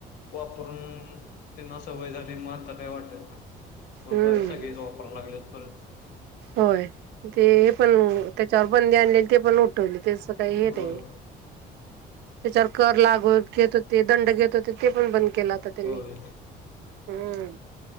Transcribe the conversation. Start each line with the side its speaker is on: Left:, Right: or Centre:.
Left: वापरून त्यांना सवय झाली मग आता काय वाटत नाही मग
Right: हम्म
Left: बरं सगळेच वाप वापरय लागलेत परत
Right: होय ते पण त्याच्यावर बंदी आणलेली ते पण उठवली तेच काही हे
Left: होय
Right: नाही त्याच्यावर कर लागव घेत होते दंड घेत होते ते पण बंद केला होता त्यांनी
Left: होय
Right: हम्म